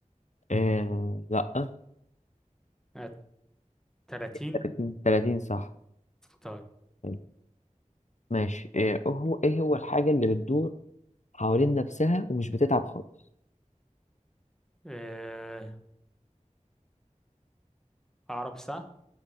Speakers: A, on the left; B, in the centre.
A: آه... لأ
B: آه، تلاتين
A: 30 30 صح
B: طيب
A: حلو. ماشي إيه هو إيه هو الحاجة اللي بتدور حوالين نفسها ومش بتتعب خالص
B: آه، عقرب الساعة